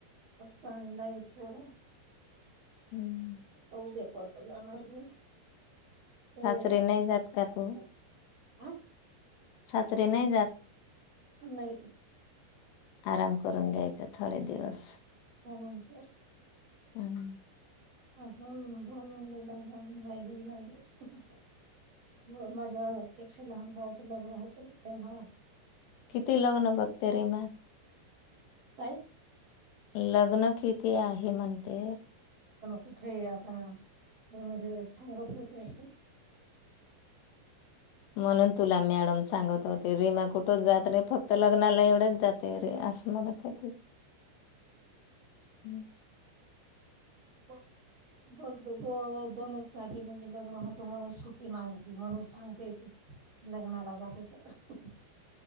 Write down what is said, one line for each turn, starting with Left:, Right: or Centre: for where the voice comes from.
Right: चांगला आहे तर
Left: हम्म
Right: कोण पेपरला जाणार मी ते
Left: सासरी
Right: सगळं
Left: नाही जात का
Right: या
Left: तू
Right: साईट
Left: सासरी नाही जातं
Right: नाई
Left: आराम करून घ्यायचं थोडे दिवस
Right: म्हणून ते
Left: हम्
Right: अजून दोन महिने झालं <inaudible> होय माझ्या पेक्षा लहान भाऊचं लग्न होतं ना तेंव्हा
Left: किती लग्न बघते रे मान्य
Right: काय
Left: लग्न किती आहे म्हणते
Right: कुठे आता म्हणजे सांगत होते असं
Left: म्हणून तुला मॅडम सांगत होते रीमा कुठेच जात नाही फक्त लग्नाला एवढेच जाते रिमा असं म्हणत हो ठीक हम्म
Right: बघ गं दोनच जागी म्हणजे लग्न होतं म्हणून सुट्टी मागितली म्हणून सांगतेयेत लग्नाला जाते तर